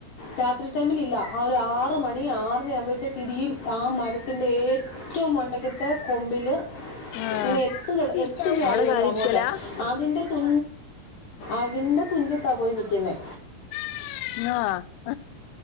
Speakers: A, on the left; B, on the left.
A: രാത്രി ടൈമിൽ ഇല്ല ആ ഒരു ആറ മണി ആറര ആവുമ്പോഴത്തേക്ക് ഇതിും ആ മനത്തിറെ ഏറ്റവും മണ്ടക്കത്തെ കൊമ്പില്
B: ആഹ്
A: ഇങ്ങനെ എത്ത എത്ത ചായല്ലോ
B: അവിടെ കാര്യം
A: അങ്ങോട്ട്
B: ഇരിക്കലാ
A: അതിറെ തു അതിന്റെ തുഞ്ചത്താ പോയി നക്കുന്നേ
B: ആഹ